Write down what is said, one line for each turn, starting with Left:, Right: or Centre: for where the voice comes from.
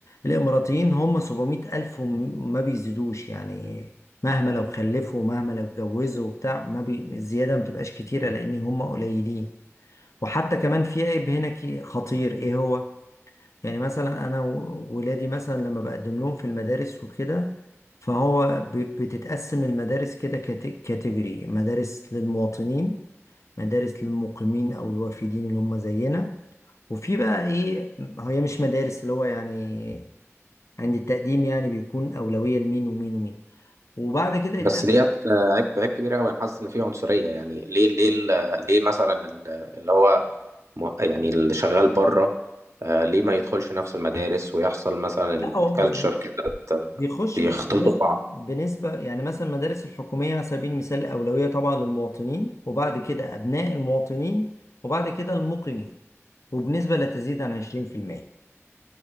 Left: الإماراتيين هم 700 ألف وما بيزيدوش يعني مهما لو خلفوا مهما لو اتجوزوا وبتاع ما بي الزيادة ما بتبقاش كتيرة لأن هم قليلين وحتى كمان في عيب هنا كي- خطير إيه هو يعني مثلا أنا و- ولادي مثلا لما بقدم لهم في المدارس وكده فهو ب- بتتقسم المدارس كده كات- كاتيجوري مدارس للمواطنين مدارس للمقيمين او الوافدين اللي هم زينا وفي بقى ايه هي مش مدارس اللي هو يعني عند التقديم يعني بيكون اولويه لمين ومين ومين وبعد كده يتقابل
Right: بس ديت آه، عيب عيب كبير قوي أنا حاسس إن في عنصرية يعني ليه ليه ال- ليه مثلا ال- اللي هو م- يعني اللي شغال بره آه، ليه ما يدخلش نفس المدارس ويحصل مثلا
Left: لا
Right: الكالتشر
Left: هو بي-
Right: كده ت-
Left: بيخش
Right: يختلطوا
Left: بس بنسبه
Right: ببعض
Left: بنسبه يعني مثلا المدارس الحكوميه على سبيل المثال اولويه طبعا للمواطنين وبعد كده ابناء المواطنين وبعد كده المقيمين وبنسبه لا تزيد عن 20%